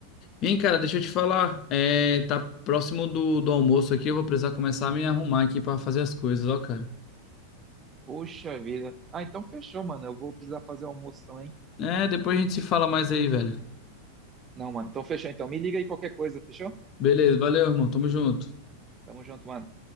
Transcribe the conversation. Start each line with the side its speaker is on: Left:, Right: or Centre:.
Left: Hein, cara, deixa eu te falar, é, tá próximo do, do almoço aqui, eu vou precisar começar a me arrumar aqui pra fazer as coisas, ó, cara.
Right: Poxa vida. Ah, então fechou, mano. Eu vou precisar fazer o almoço também.
Left: É, depois a gente se fala mais aí, velho.
Right: Não, mano. Então fechou. Então me liga aí qualquer coisa, fechou?
Left: Beleza, valeu, irmão. Tamo junto.
Right: Tamo junto, mano.